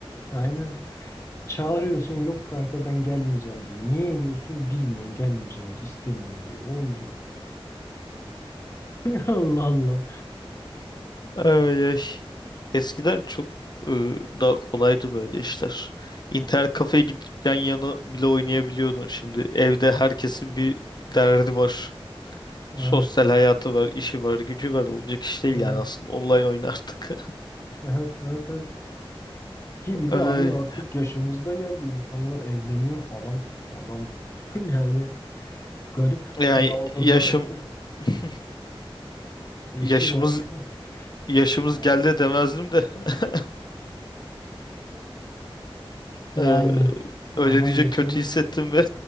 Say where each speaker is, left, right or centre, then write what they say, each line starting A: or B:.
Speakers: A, on the left; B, on the left.
A: aynen. Çağırıyorsun yok kanka ben gelmeyeceğim diyor. Niye diyorsun bilmiyorum gelmeyeceğim istemiyorum diyor. Oldu. <laughs> Allah Allah.
B: Ay, ay. Eskiden çok e, daha kolaydı böyle işler. İnternet kafeye gidip yan yana bile oynayabiliyordun. Şimdi evde herkesin bir derdi var.
A: Ha,
B: Sosyal hayatı var, işi var, gücü var. Olacak iş değil
A: ha,
B: yani aslında. Online oynardık.
A: evet, evet, evet. Ki
B: <laughs>
A: bir de
B: Ay,
A: hani artık yaşımızda geldi insanlar evleniyor falan. O adam <laughs> yani garip.
B: yani
A: Yalova'da
B: yaşım
A: da
B: <laughs>
A: eşi
B: yaşımız
A: var. <laughs>
B: yaşımız
A: Pardon.
B: geldi demezdim de. <laughs>
A: Yani
B: Ee,
A: ya
B: öyle
A: ama
B: diyecek
A: yaşımız
B: kötü hissettim
A: e,
B: ve